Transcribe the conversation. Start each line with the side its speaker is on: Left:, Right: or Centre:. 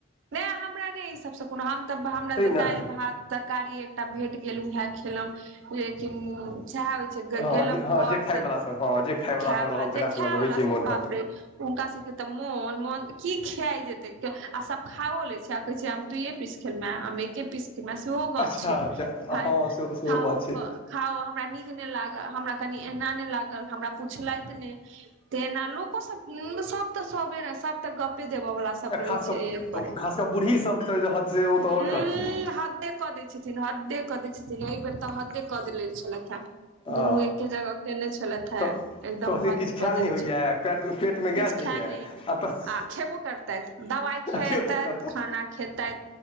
Right: नहि हमरा नहि ए सभसँ कोनो हम तऽ हमरा
Left: तै
Right: तऽ
Left: ने
Right: दैल भातर तर कारी एकटा भेट गेल उएह खेलो लेकिन सेह
Left: हँ
Right: गेलहु
Left: जे
Right: घर
Left: हँ जे खायवला
Right: तऽ
Left: सभ हँ जे खायवला
Right: <inaudible> खै
Left: सभ रहल
Right: वला
Left: तकरा
Right: जे खैवला
Left: सभके तऽ होइ छै
Right: सब
Left: मोन हँ
Right: बाप रे हुनका सब केँ तऽ मोन मन की खिया जेते आ सब खाओ ले छै आ कहे छै दुये पीस खे मे हम एके पीस खे मे सेहो गप
Left: अच्छा
Right: छै
Left: अच्छा
Right: खाओ
Left: हँ सेहो सेहो बात छै
Right: कऽ खाउ हमरा नीक नहि लागल हमरा कनि एना नहि लागल हमरा पूछलैथ नहि त ने लोक सब सब तऽ सब तऽ गपे देब बला सब
Left: आ
Right: रहि
Left: खास
Right: छै
Left: कऽ
Right: एक पर एक
Left: खास कऽ बूढ़ीसभ तऽ रहत से ओ तऽ
Right: <inaudible>
Left: आओर
Right: हूँ
Left: कहती
Right: हद कऽ दै छथिन हदे कऽ दै छथिन एहि बेेर तऽ हदे कऽ देले छलैथ हँ
Left: आ
Right: दुनू एके जगह केने छलैथ है
Left: तऽ
Right: एकदम
Left: कहथिन
Right: हद
Left: किछु
Right: कऽ
Left: खायल
Right: देने
Left: नहि होइए
Right: छल
Left: पेटमे
Right: <inaudible>
Left: पेटमे
Right: किछु
Left: गैस दैए
Right: खा
Left: आ तऽ
Right: आ खेबो करतैथ दवाइ खेतै
Left: केबो करता
Right: खाना खेतै